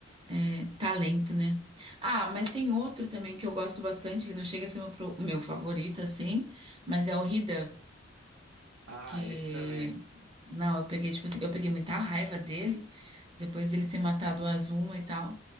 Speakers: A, on the right; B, on the right.
A: é, talento, né? Ah, mas tem outro também que eu gosto bastante. Ele não chega a ser meu, pro- meu favorito, assim, mas é o Hidan.
B: ah,
A: Que.
B: esse também.
A: Não, eu peguei, tipo assim, eu peguei muita raiva dele, depois dele ter matado o Azuma e tal.